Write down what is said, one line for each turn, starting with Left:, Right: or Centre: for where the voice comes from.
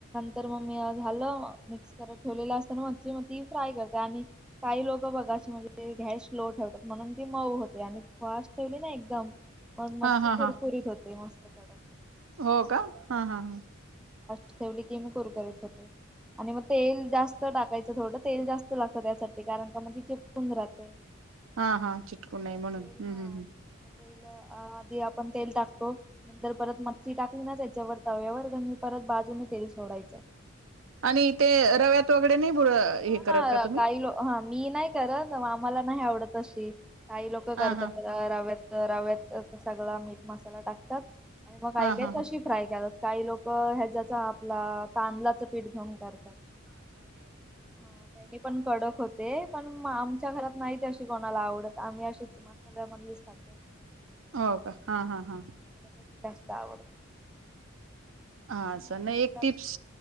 Centre: तर मग मी झालं मिक्स करत ठेवलेलं असताना म मग ती फ्राय करते आणि काही लोक बघा म्हणजे गॅस स्लो ठेवतात म्हणून ती मऊ होते आणि फास्ट ठेवली ना एकदम मग
Right: हा
Centre: मच्छी
Right: हा
Centre: कुरकुरीत
Right: हा
Centre: होते मस्त काडक
Right: हो का हा हा हा
Centre: ठेवली की मी कुरकुरीत होते आणि मग तेल जास्त टाकायचं थोडं तेल जास्त लागतं त्यासाठी कारण का मग ती चचेपकून राहते
Right: हा हा चिटकु नये
Centre: मग
Right: म्हणून
Centre: तेल
Right: हम्
Centre: हा
Right: हम्म हम्
Centre: मग तेल आधी आपण तेल टाकतो नंतर परत मच्चीी टाकली ना त्याच्यावर तव्यावर ग म परत बाजूने तेल सोडायचं
Right: आणि ते रव्यात वगरे नाही ब हे
Centre: हा
Right: करत का
Centre: हा
Right: तुम्ही
Centre: काही लो हा मी नाही कर ना आम्हाला नाही आवडत अशी काही लोक
Right: हा
Centre: करतात
Right: हा
Centre: राव्यात तर रव्यात सगळा मीठ मसाला टाकतात आणि मग
Right: हा
Centre: ऐकाय
Right: हा
Centre: त अशी फ्राय क काही लोक ह्याच्या्याचा आपला तांदळाच पीठ घेऊन काढतात हा त्यानी पण कडक होत ते पण आमच्या घरात नाही ते अशी कोणाला आवडत आम्ही अशीच मसाल्यामधलीच खातो
Right: हो का हा हा हा
Centre: आम्हाला तशी जास्त आवड
Right: हा
Centre: आता
Right: नाही एक
Centre: जास्त
Right: टिप्स